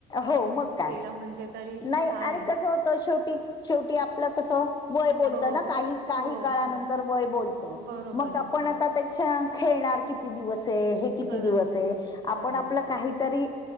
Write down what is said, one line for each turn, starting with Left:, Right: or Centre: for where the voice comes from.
Left: हो
Right: असं
Left: मग काय
Right: केलं म्हणजे तरी
Left: नाही
Right: छान
Left: आणि
Right: आहे.
Left: कसं होत शेवटी, शेवटी आपलं कसं वय बोलत
Right: हो.
Left: ना काही, काही
Right: हो,
Left: काळानंतर
Right: हो.
Left: वय बोलत
Right: बरोबर
Left: मग
Right: आहे,
Left: आपण
Right: बरोबर.
Left: आता ते खे खेळणार किती दिवस आहे हे किती
Right: खरंच
Left: दिवस आहे आपण
Right: खरं
Left: आपलं
Right: आहे.
Left: काहीतरी